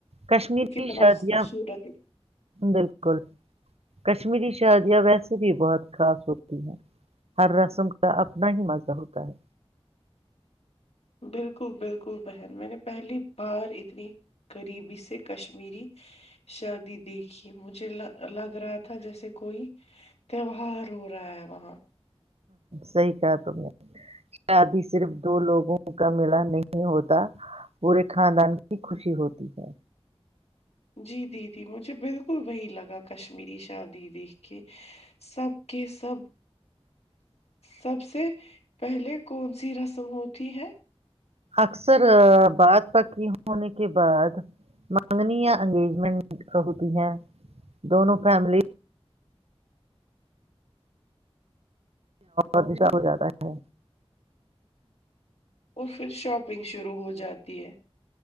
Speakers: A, on the right; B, on the left.
A: کشمیری
B: کہ کتنا
A: شادیاں
B: خوبصورت
A: بالکل کشمیری شادیاں ویسے بھی بہت خاص ہوتی ہیں ہر رسم کا اپنا ہی مزہ ہوتا ہے
B: بالکل بالکل بہن میں نے پہلی بار اتنی قریبی سے کشمیری شادی دیکھی مجھے لگ رہا تھا جیسے کوئی تہوار ہو رہا ہے وہاں
A: صحیح کہا ت نے شادی صرف دو لوگوں کا ملا نہیں ہوتا پورے خاندان کی خوشی ہوتی ہے
B: جی دیدی مجھے بالکل وہی لگا کشمیری شادی دی کہ سب کے سب سب سے پہلے کون سی رسم ہوتی ہے
A: اکثر بات پکی ہونے کے بعد منگنی یا انگیجمنٹ ہوتی ہے دونوں فیملی اورسا ہو جاتا ہے
B: اور پھر شب نگ شروع ہو جاتی ہے